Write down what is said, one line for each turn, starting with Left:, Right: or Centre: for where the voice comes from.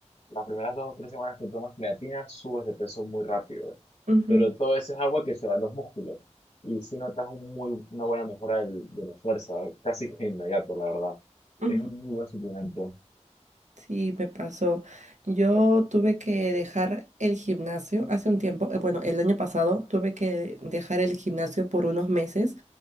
Left: las primeras dos o tres semanas que tomas creatina subes de peso muy rápido,
Right: ujú,
Left: pero todo ese es agua que se va a los músculos y sí notas un muy, una buena mejora del- de la fuerza, casi que inmediato, la verdad.
Right: ujú.
Left: Es un muy buen suplemento.
Right: Sí, me pasó. Yo tuve que dejar el gimnasio hace un tiempo, eh, bueno, el año pasado tuve que dejar el gimnasio por unos meses